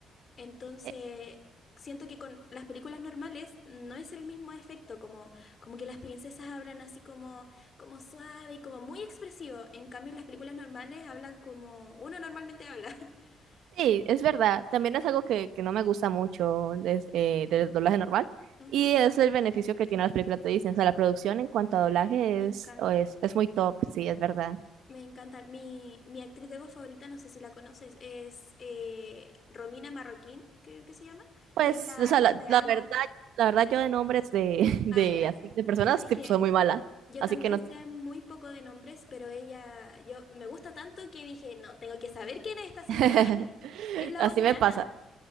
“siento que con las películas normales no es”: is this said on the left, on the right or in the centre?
Left